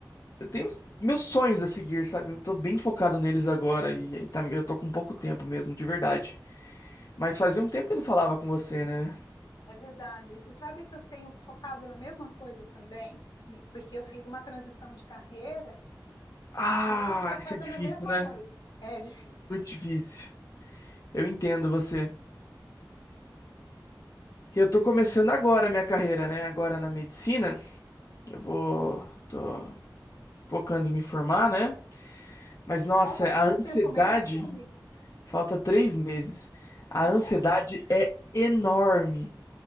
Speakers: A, on the left; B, on the left.
A: eu tenho os- meus sonhos a seguir, sabe? Eu tô bem focado neles agora e aí tá- eu tô com pouco tempo mesmo, de verdade. Mas fazia um tempo que eu não falava com você, né?
B: É verdade. E Você sabe que eu tenho focado na mesma coisa também? E- porque eu fiz uma transição de carreira
A: Ah,
B: e eu tô focada
A: isso é difícil,
B: na mesma
A: né?
B: coisa. É difícil.
A: Muito difícil. Eu entendo você. E eu tô começando agora a minha carreira, né? Agora na medicina. Eu vou. Tô. focando em me formar, né? Mas nossa,
B: Falta quanto
A: a ansiedade,
B: tempo mesmo, amigo?
A: falta três meses. A
B: Nossa!
A: ansiedade é enorme.